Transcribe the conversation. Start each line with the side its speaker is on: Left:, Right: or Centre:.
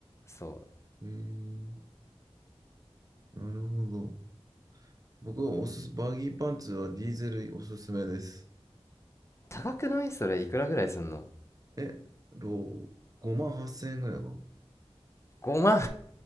Left: そう。
Right: へえなるほど。僕はおすす、バギーパンツはディーゼルおすすめです。
Left: 高くないそれいくらぐらいすんの
Right: え、ろ5万8千円ぐらいかな。
Left: 5万